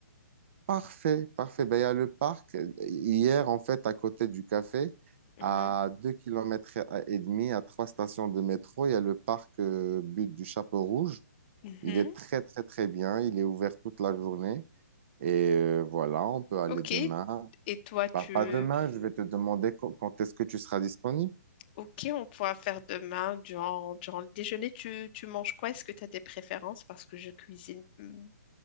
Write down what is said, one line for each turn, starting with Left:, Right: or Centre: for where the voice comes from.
Right: Parfait, parfait. Ben, il y a le parc. euh, Hier, en fait, à côté du café,
Left: Mhm.
Right: à deux kilomètres et demi, à trois stations de métro, il y a le parc euh, Butte du Chapeau Rouge.
Left: Mhm.
Right: Il est très, très, très bien. Il est ouvert toute la journée. Et euh, voilà, on peut aller
Left: Ok.
Right: demain.
Left: Et toi, tu...
Right: Bah, pas ouais. demain, je vais te demander qu- quand est-ce que tu seras disponible.
Left: Ok, on pourra faire demain, durant, durant le déjeuner, tu, tu manges quoi? Est-ce que tu as des préférences? Parce que je cuisine mm,